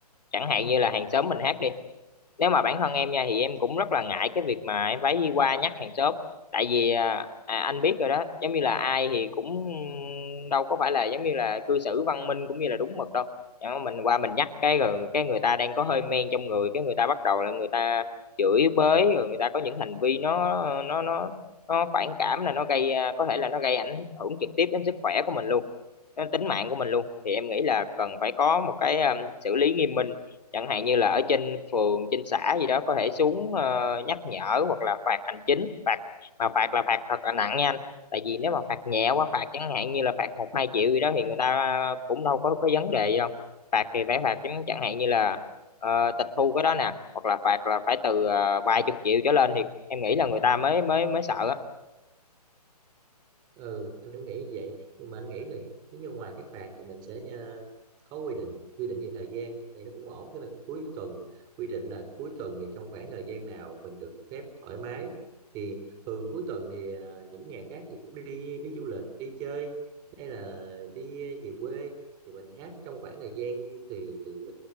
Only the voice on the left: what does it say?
chẳng hạn như là hàng xóm mình hát đi nếu mà bản thân em nha thì em cũng rất là ngại cái việc mà em phải đi qua nhắc hàng xóm tại vì à, à, anh biết rồi đó giống như là ai thì cũng đâu có phải là giống như là cư xử văn minh cũng như là đúng mực đâu chẳng mà mình qua mình nhắc cái rồi cái người ta đang có hơi men trong người cái người ta bắt đầu là người ta chửi bới rồi người ta có những hành vi nó nó nó nó phản cảm là nó gây à, có thể là nó gây ảnh hưởng trực tiếp đến sức khỏe của mình luôn đến tính mạng của mình luôn thì em nghĩ là cần phải có một cái à, xử lý nghiêm minh chẳng hạn như là ở trên phường trên xã gì đó có thể xuống ờ, nhắc nhở hoặc là phạt hành chính phạt mà phạt là phạt thật là nặng nha anh tại vì nếu mà phạt nhẹ quá phạt chẳng hạn như là phạt một hai triệu gì đó thì người ta cũng đâu có có vấn đề gì đâu phạt thì phải phạt chẳng chẳng hạn như là ờ, tịch thu cái đó nè hoặc là phạt là phải từ ờ, vài chục triệu trở lên thì em nghĩ là người ta mới mới mới sợ á